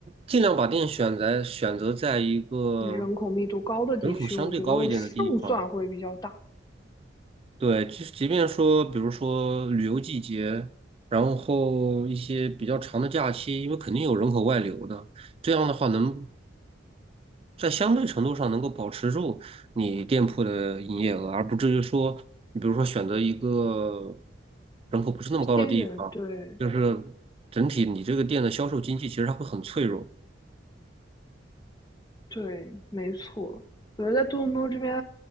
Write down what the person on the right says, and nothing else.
尽量把店选在选择在一个
人口相对高一点的地方。
对，即即便说，比如说旅游季节，然后一些比较长的假期，因为肯定有人口外流的，这样的话能在相对程度上能够保持住你店铺的营业额，而不至于说，你比如说选择一个人口不是那么高的地方，
就是整体你这个店的销售经济其实它会很脆弱。